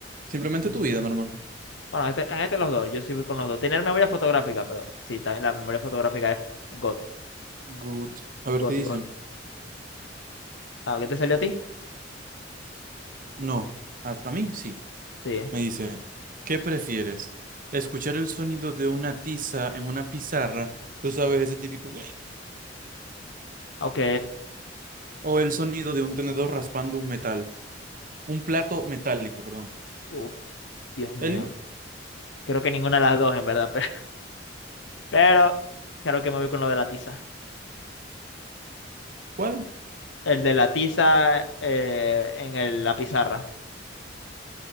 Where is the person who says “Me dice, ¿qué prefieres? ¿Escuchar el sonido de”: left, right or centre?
Right